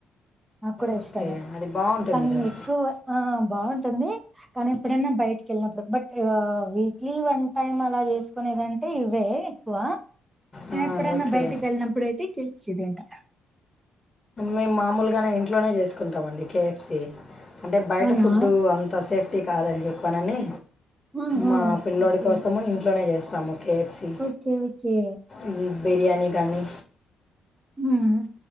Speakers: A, on the right; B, on the left.
A: నాకు కూడా
B: ఓకే
A: ఇష్టమే
B: అది బాగుంటుంది
A: కానీ
B: కదా
A: ఎక్కువ ఆ బాగుంట ఉంది కానీ ఎప్పుడైనా బయటిక వెళ్ళినప్పుడు బట్ వీక్లీ వన్ టైమ్ అలా చేసుకునేదింటే ఇవే ఎక్కువ
B: ఆ,
A: ఎప్పుడన్నా
B: ఓకే
A: బయటకి వెళ్ళినప్పుడుయితే కె ఎఫ్ సి తింటా
B: మేము మామూలుగానే ఇంట్లో ఇంట్లోనే చేసుకుంటామండి కే ఎఫ్ సి అంటే బయట
A: అవునా?
B: ఫుడ్డు అంత సేఫ్ అతి కాదని చెప్పానని
A: ఆహా!
B: మా పిల్లోడి
A: ఓకే.
B: కోసం ఇంట్లోనే చేస్తాం సమా K F C
A: okay. Okay.
B: ఉమ్ బిర్యానీ కానీ
A: హుహ